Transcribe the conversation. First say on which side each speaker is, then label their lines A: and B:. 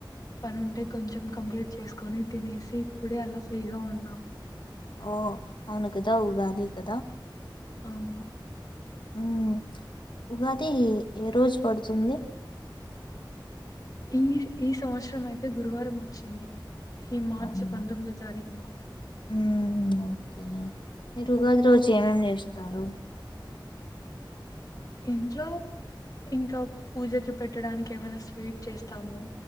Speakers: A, on the left; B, on the left.
A: పని ఉంటే కొంచెం కంప్లీట్ చేసుకొని తినేసి ఇప్పుడే అలా ఫ్రీగా ఉన్నాం
B: ఓ అవును కదా ఉగాది కదా
A: అవును
B: మ్మ్ ఉగాది ఏ రోజు పడుతుంది
A: ఈ ఈ సంవత్సరం అయితే గురువారం వచ్చింది ఈ మార్చి
B: అవును
A: పందోమ్మిదో తారీఖున
B: మ్మ్ ఓకే మీరు ఉగాది రోజు ఏమేమ్ చేస్తారు
A: ఇంట్లో ఇంకా పూజకి పెట్టడానికి ఏమైనా స్వీట్ చేస్తాము